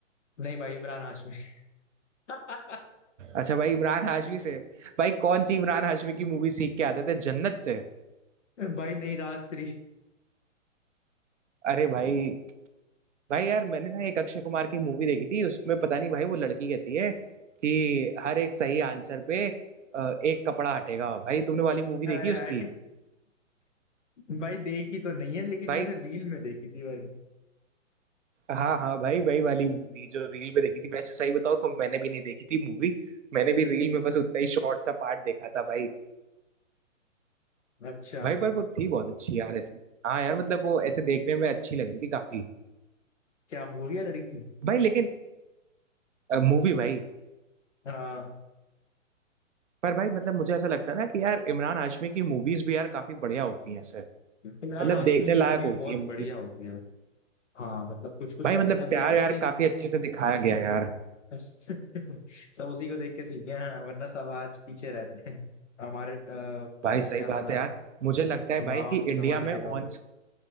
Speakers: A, on the left (about 65°); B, on the right (about 65°).
A: नहीं भाई इमरान हाशमी <laughs>
B: अच्छा भाई इमरान हाशमी से भाई कौन सी इमरान हाशमी की मूवी सीख के आते थे जन्नत से
A: भाई नहीं राज थ्री
B: अरे भाई भाई यार मैंने ना एक अक्षय कुमार की मूवी देखी थी उसमें पता नहीं भाई वो लड़की कहती है कि हर एक सही आंसर पे अ, एक कपड़ा हटेगा भाई तुमने वाली मूवी
A: हाय
B: देखी उसकी
A: हाय <laughs> भाई देखी तो नहीं है लेकिन
B: भाई
A: मैंने रील में देखी थी भाई
B: हाँ हाँ भाई वही वाली मूवी जो रील पे देखी थी वैसे सही बताओ तो मैंने भी नहीं देखी थी मूवी मैंने भी रील में बस उतना ही शॉर्ट सा पार्ट देखा था भाई
A: अच्छा
B: भाई पर वो थी बहुत अच्छी यार ऐसी हाँ यार मतलब वो ऐसे देखने में अच्छी लग रही थी काफी
A: क्या मूवी है लड़की
B: भाई लेकिन मूवी भाई
A: हाँ
B: पर भाई मतलब मुझे ऐसा लगता है ना कि यार इमरान हाशमी की मूवीज भी यार काफी बढ़िया होती हैं ऐसे मतलब
A: इमरान हाशमी
B: देखने
A: की
B: लायक
A: मूवी भी
B: होती
A: बहुत
B: है मूवीज
A: बढ़िया
B: को
A: होती है हाँ मतलब कुछ कुछ
B: भाई मतलब
A: ऐसी आप
B: प्यार
A: देख
B: यार
A: उसकी
B: काफी अच्छे से दिखाया गया यार
A: <laughs> सब उसी को देख के सीखे हैं वरना सब आज पीछे रहते हैं हमारे अ, अ,
B: भाई सही
A: क्या
B: बात
A: नाम है
B: है यार मुझे लगता है
A: माँ
B: भाई
A: बाप
B: कि
A: के
B: इंडिया
A: जमाने
B: में
A: के
B: ऑन
A: लोग